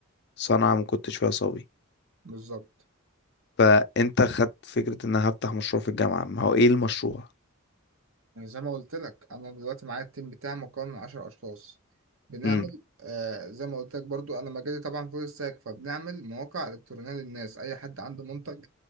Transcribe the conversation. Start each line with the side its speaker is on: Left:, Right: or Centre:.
Left: صنعة ما كنتش فيها صبي
Right: بالظبط
Left: فانت خدت فكرة ان انا هفتح مشروع في الجامعة ما هو ايه المشروع
Right: يعني زي ما قلت لك انا دلوقتي معايا التيم بتاعي مكون من 10 اشخاص بنعمل
Left: امم
Right: آه زي ما قلت لك برضو انا مجالي طبعا فول ستاك فبنعمل مواقع الكترونيه للناس اي حد عنده منتج